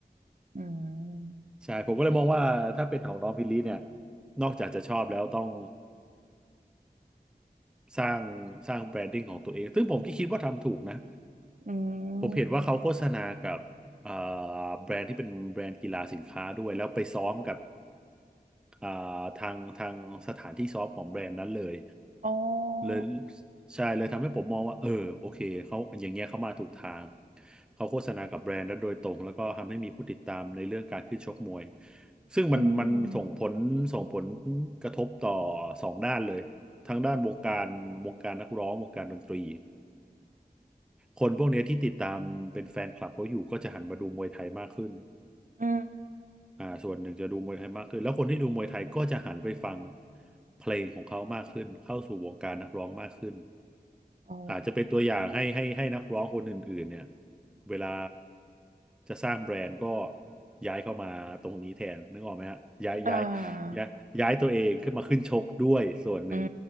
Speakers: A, on the right; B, in the centre.
A: อืม
B: ใช่ผมก็เลยมองว่าถ้าเป็นของน้องพิลลี่เนี่ยนอกจากจะชอบแล้วต้อง สร้างสร้างแบรนดิ้งของตัวเองซึ่งผมก็คิดว่าทำถูกนะ
A: อื
B: ผมเห็นว่าเขาโฆษณากับเอ่อ
A: ม
B: แบรนด์ที่เป็นแบรนด์กีฬาสินค้าด้วย แล้วไปซ้อมกับเอ่อทางทางสถานที่ซ้อมของแบรนด์นั้นเลย
A: อ๋อ
B: เลยใช่เลยทำให้ผมมองว่าเออโอเคเขาอย่างเงี้ยเขามาถูกทางเขาโฆษณากับแบรนด์นั้นโดยตรงแล้วก็ทำให้มีผู้ติดตามในเรื่องการขึ้นชกมวยซึ่งมันมันส่งผลส่งผล
A: อืม
B: กระทบต่อสองด้านเลย ทางด้านวงการวงการนักร้องวงการดนตรีคนพวกเนี้ยที่ติดตามเป็นแฟนคลับเขาอยู่ก็จะหันมาดูมวยไทยมากขึ้น
A: อืม
B: อ่าส่วนหนึ่งจะดูมวยไทยมากขึ้นแล้วคนที่ดูมวยไทยก็จะหันไปฟังเพลงของเขามากขึ้นเข้าสู่วงการนักร้องมากขึ้น
A: อ๋อ
B: อาจจะเป็นตัวอย่างให้ให้ให้นักร้องคนอื่นๆเนี่ยเวลาจะสร้างแบรนด์ก็ย้ายเข้ามาตรงนี้แทนนึกออกไหมฮะย้ายย้าย
A: อ่า
B: ย้ายย้ายตัวเองขึ้นมาขึ้นชกด้วยส่วนหนึ่ง
A: อื